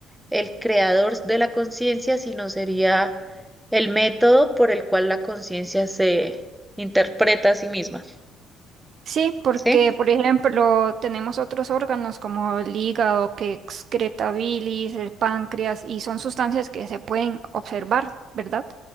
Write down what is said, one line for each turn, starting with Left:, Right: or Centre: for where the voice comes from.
Centre: el creador de la conciencia, sino sería el método por el cual la conciencia se interpreta a sí misma,
Right: Sí, porque
Centre: ¿sí?
Right: por ejemplo tenemos otros órganos como el hígado que excreta bilis, el páncreas y son sustancias que se pueden observar, ¿verdad?